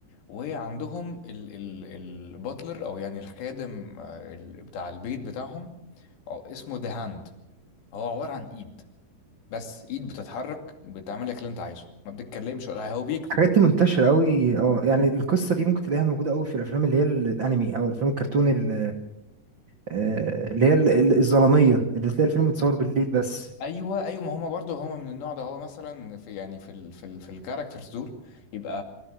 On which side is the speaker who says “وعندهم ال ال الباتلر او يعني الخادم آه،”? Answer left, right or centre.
Left